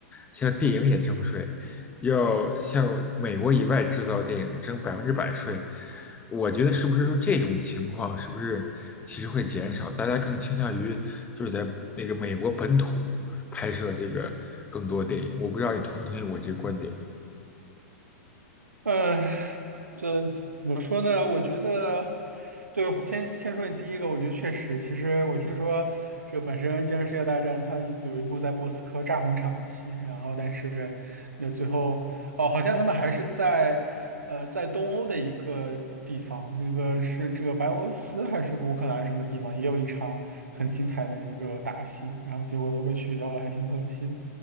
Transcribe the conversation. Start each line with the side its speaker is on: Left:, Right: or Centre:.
Left: 像电影也征税，要向美国以外制造电影征百分之百税，我觉得是不是说这种情况是不是其实会减少，大家更倾向于就是在那个美国本土拍摄这个更多电影？我不知道你同不同意我这个观点。
Right: 呃，这怎么说呢？我觉得，对，先先说你第一个，我觉得确实，其实我听说这本身《今日世界大战》它有一部在莫斯科炸红场的戏，然后但是那最后哦，好像他们还是在呃在东欧的一个地方，那个是这个白俄罗斯还是乌克兰什么地方，也有一场很精彩的一个打戏，然后结果都被取消了，还挺可惜的。